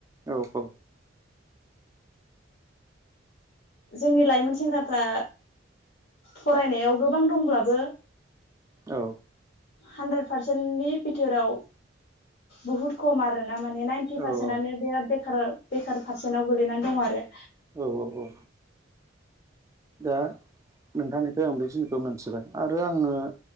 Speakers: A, on the right; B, on the left.
A: औ औ।
B: जोंनि लाइमोन सेंग्राफ्रा फरायनायाव गोबां दंब्लाबो
A: औ।
B: हानद्रेद पारसेन्टनि बिथोराव बहुत खम आर ना ा माने नाइटि पारसेटनो
A: औ औ
B: बिराद बे बेखार पारसेन्ट आव गोगैनानै दं आरो
A: औ औ औ। दा नोंथांनिफ्राय आं बेखिनिखौ मोनथिबाय आरो आङो